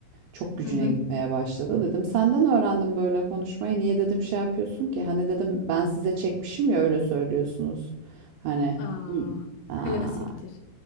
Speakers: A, on the right; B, on the left.
A: çok gücüne
B: Hı hı.
A: gitmeye başladı. Dedim senden öğrendim böyle konuşmayı. Niye dedim şey yapıyorsun ki? Hani dedim ben size çekmişim ya öyle söylüyorsunuz. Hani
B: Aa,
A: iyi. Aa,
B: klasiktir.